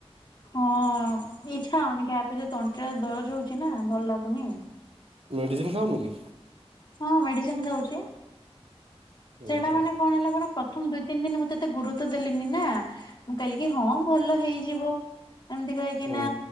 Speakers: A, on the left (about 45°); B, on the right (about 65°).
A: ହଁ ଇଚ୍ଛା ହଉନି ଖାଇବା ପାଇଁ ଯ ତଣ୍ଟି ଦରଜ ହଉଛି ନା ଭଲ ଲାଗୁନି।
B: ମେଡ଼ିସିନ ଖାଉନୁ କି?
A: ହଁ ମେଡିସିନ ଖାଉଛି,
B: ଉଁ
A: ସେଇଟା
B: ହୁଁ
A: ମାନେ କଣ ହେଲା କହିଲୁ ପ୍ରଥମ ଦୁଇ ତିନ ଦିନ ମୁଁ ତତେ ଗୁରୁତ୍ୱ ଦେଲିନି ନା ମୁଁ କହିଲି କି ହଁ ଭଲ ହେଇଯିବ। ଏମିତି କହିକି
B: ହୁଁ
A: ନା